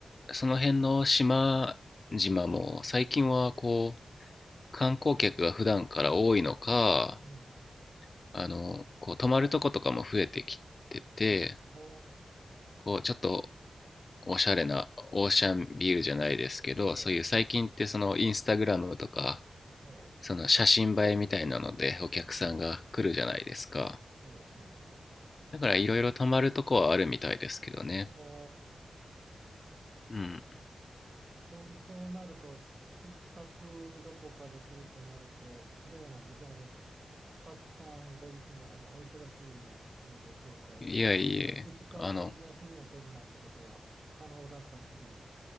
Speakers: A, on the left; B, on the right.
A: その辺の島々も最近はこ観光客が普段から多いのか、
B: うん。
A: あの、こう泊まるとことかも増えてきてて、
B: ほ
A: こうちょっとおしゃれなオーシャンビューじゃないですけど、
B: う、え
A: そういう最近ってそのインスタグラムとか、
B: え、ええ、
A: その写真映えみたいなのでお客さんが来るじゃないですか。
B: うん。そうですね。
A: だからいろいろ泊まるとこはあるみたいですけどね。
B: ほ
A: うん。
B: う、そう、そうなると、一泊どこかでするとなると、どうなんですあの、和樹さんご自身、あの、お忙しい身でしょうから、
A: いやいえ、
B: 二日休みを取るなんてことは可能だったりする
A: あの、